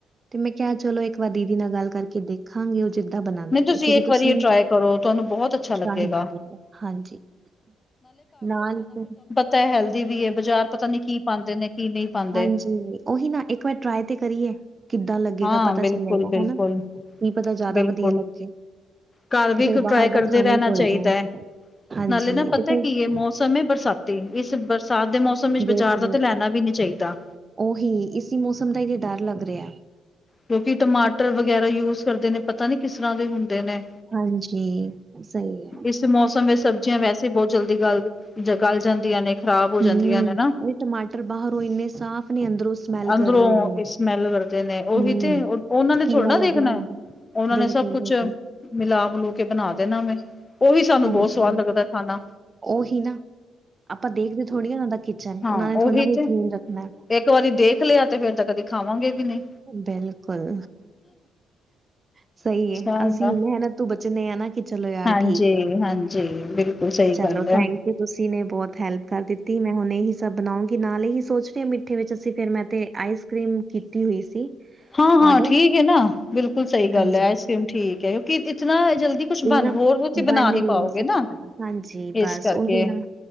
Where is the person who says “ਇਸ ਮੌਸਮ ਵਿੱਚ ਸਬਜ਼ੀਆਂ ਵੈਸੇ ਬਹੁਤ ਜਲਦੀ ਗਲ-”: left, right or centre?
Left